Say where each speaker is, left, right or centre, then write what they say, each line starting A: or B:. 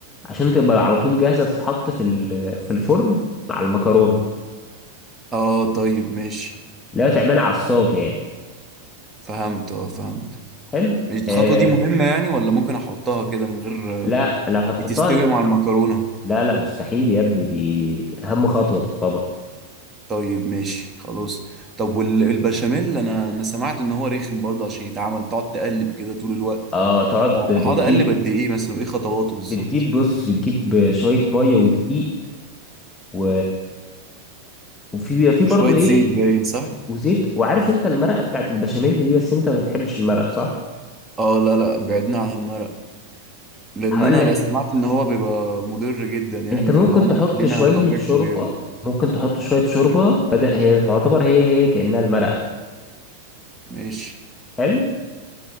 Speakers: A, on the left; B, on the right.
A: عشان تبقى على طول جاهزة تتحط في ال- في الفرن مع المكرونة
B: اه طيب ماشي
A: لا تعملها عصاج يعني
B: فهمت اه فهمت
A: حلو
B: ماشي الخطوة
A: آه
B: دي مهمة يعني ولا ممكن احطها كده من غير
A: لا لو هتحطها
B: بتستوي مع المكرونة
A: لا لا مستحيل يا ابني دي أهم خطوة تعتبر
B: طيب ماشي خلاص طب والبشاميل انا انا سمعت ان هو رخم برضه عشان يتعمل تقعد تقلب كده طول الوقت
A: اه تقعد بتجيب
B: هقعد اقلب قد ايه مثلا وايه خطواته بالظبط
A: بتجيب بص بتجيب شوية مية ودقيق و وفي بيبقى في برضه
B: وشوية
A: ايه
B: زيت باين صح
A: وزيت وعارف انت المرقه بتاعت البشاميل دي بس انت ما بتحبش المرقه صح
B: اه لا لا بعدنا عن المرق لان
A: هقول
B: انا
A: لك
B: بقى سمعت ان هو بيبقى مضر جدا يعني
A: انت ممكن
B: في اللي هو انا
A: تحط
B: خلينا
A: شويه
B: طبيعي
A: شوربه
B: طبيعي
A: ممكن تحط شويه شوربه بدل هي تعتبر هي هي كانها المرقه
B: ماشي
A: حلو